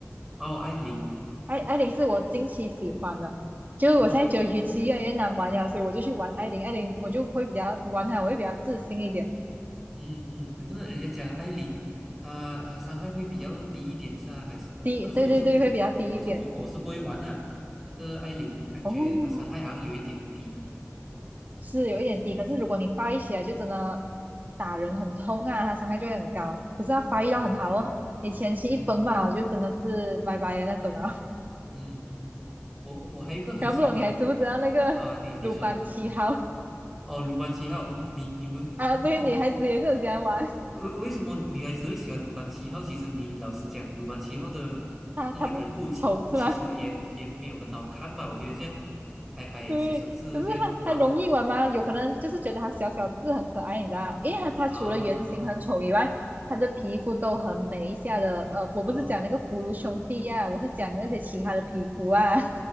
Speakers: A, in the centre; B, on the right.
A: 哦，艾琳，
B: 艾艾琳是我近期喜欢的，就是我现在觉得鱼鳍越来越难玩了，
A: 哦，
B: 所以我就去玩艾琳，艾琳我就会比较玩它，我会比较自信一点，
A: 嗯嗯，可是人家讲艾琳，她她伤害会比较低一点是啊，还是我？
B: 低，
A: 可是我是
B: 对对对，会比较低一点。
A: 我是不我是不会玩的啊，那个艾琳感觉她伤害好像有一点低
B: 哦，是有一点低，
A: 这样子。
B: 可是如果你发育起来，就真的打人很痛啊，它伤害就会很高。可是它发育到很好哦，
A: 哦，
B: 你前期一崩吧，
A: 嗯嗯
B: 就真的是拜拜的那种了。<laughs>
A: 嗯嗯嗯，我我还有一个很喜欢
B: 然后不懂你还知不知道那个鲁班七号
A: 啊，你你说你说哦，鲁班七号，你你们哦，
B: 啊？对，女孩子也是很喜欢玩，
A: 为为什么女孩子会喜欢鲁班七号？其实你老实讲，鲁班七号的那个人物其其实也也没有很好看吧？
B: 她她不丑是吗？
A: 我觉得这样矮矮小小只这样，
B: <laughs> 对，可是它它容易玩吗？
A: 然后
B: 有可能就是觉得它小小字很可爱，你知道吗因为它它除了原型很丑以外，
A: 啊
B: 它的皮肤都很美一下的。呃，我不是讲那个福禄兄弟啊，
A: 啊
B: 我是讲那些其他的皮肤啊。<laughs>